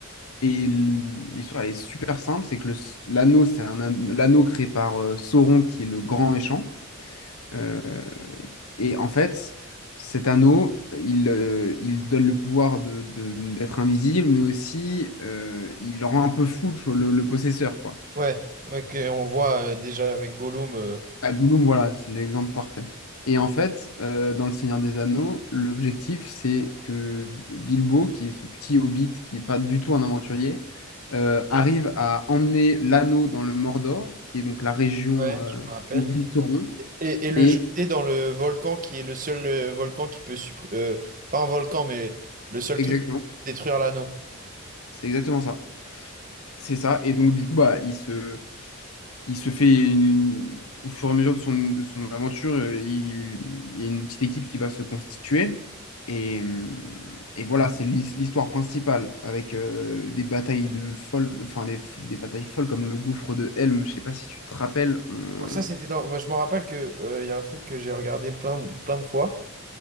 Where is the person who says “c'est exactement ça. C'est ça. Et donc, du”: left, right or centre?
Left